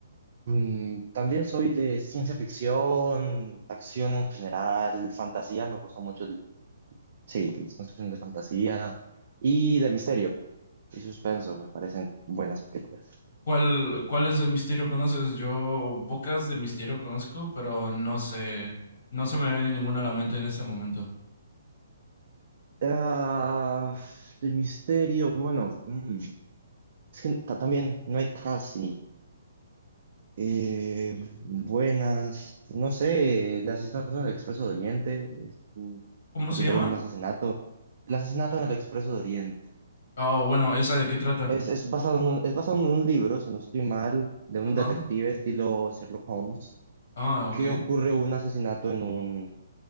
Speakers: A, on the right; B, on the left.
A: Mm, también soy de ciencia ficción, acción en general, fantasía, me gusta mucho el, sí, las construcciones de fantasía y de misterio y suspenso, me parecen buenas películas.
B: ¿Cuál, cuáles de misterio conoces? Yo pocas de misterio conozco, pero no sé, no se me viene ninguna a la mente en este momento.
A: Ah, de misterio, bueno, mm, es que ta- también no hay casi. Eh, buenas, no sé, el asesinato en el Expreso de Oriente, es, mm,
B: ¿Cómo
A: resolver
B: se llama?
A: un asesinato. El asesinato en el Expreso de Oriente.
B: Ah, bueno, ¿esa de qué trata?
A: Es, es basado en un, es basado en un libro, si no estoy mal, de un
B: Ajá.
A: detective estilo Sherlock Holmes,
B: Ah, ok.
A: que ocurre un asesinato en un,